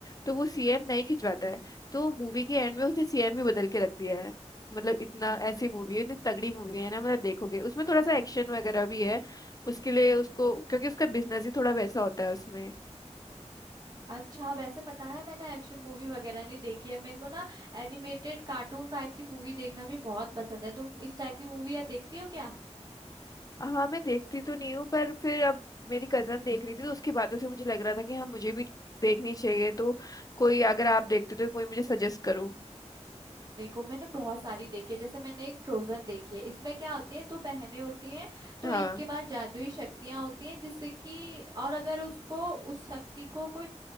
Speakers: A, on the left (about 30°); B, on the right (about 35°).
A: तो वो सीएम नहीं खिंचवाता है तो मूवी के एंड में उसने सीएम ही बदल के रख दिया है मतलब इतना ऐसी मूवी है इतनी तगड़ी मूवी है ना मतलब देखोगे उसमें थोड़ा सा एक्शन वगैरह भी है उसके लिए उसको क्योंकि उसका बिजनेस ही थोड़ा वैसा होता है उसमें
B: अच्छा वैसे पता है मैंने एक्शन मूवी वगैरह नहीं देखी है मेरे को ना एनिमेटेड कार्टून टाइप की मूवी देखना भी बहुत पसंद है तुम इस टाइप की मूवी या देखती हो क्या
A: हाँ मैं देखती तो नहीं हूँ पर फिर अब मेरी कजन देख रही थी तो उसकी बातों से मुझे लग रहा था कि हाँ मुझे भी देखनी चाहिए तो कोई अगर आप देखते हो तो कोई मुझे सजेस्ट करो
B: देखो मैंने बहुत सारी देखी है जैसे मैंने एक फ्रोजन देखी है इसमें क्या होती है दो बहनें होती हैं तो
A: हाँ
B: एक के पास जादुई शक्तियां होती हैं जिससे कि और अगर उसको उस शक्ति को कोई